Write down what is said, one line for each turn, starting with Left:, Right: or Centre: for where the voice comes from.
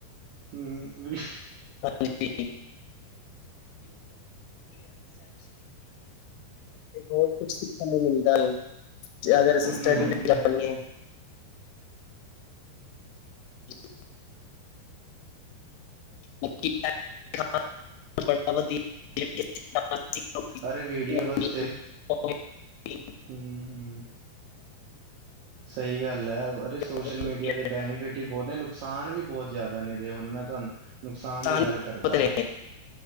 Right: ਹੂੰ
Left: <unintelligible> ਬੋਤ ਕੁਛ ਸਿੱਖਨ ਨੂੰ ਮਿਲਦਾ ਏ, ਜੇ ਅਗਰ ਅਸੀਂ ਸਟੱੜੀ
Right: ਹਮ
Left: ਨਾਲ ਜਾਨੀ ਏ। <inaudible> <unintelligible> <unintelligible>
Right: ਅਰੇ ਵੀੜੀਓ
Left: ਹੁੰਦੀ
Right: ਵਾਸਤੇ
Left: ਹੈ, ਉਹ ਵੀ
Right: ਹੂੰ, ਹੂੰ। ਸਈ ਗੱਲ ਐ ਅਰੇ ਸੋਸ਼ਲ
Left: ਬਹੁਤ
Right: ਮੀੜੀਆ
Left: ਵਧੀਆ
Right: ਦੇ
Left: ਹੈ।
Right: ਬੈਨੀਫਿਟ ਵੀ ਬੋਤ ਨੇ, ਨੁਕਸਾਨ ਵੀ ਬੋਤ ਜੇ਼ਆਦਾ ਨੇ ਜੇ ਹੁਨ ਮੈਂ ਤੁਆਨ ਨੁਕਸਾਨ ਦੀ ਗੱਲ
Left: ਬਹੁਤ
Right: ਕਰਦਾ,
Left: ਨੇ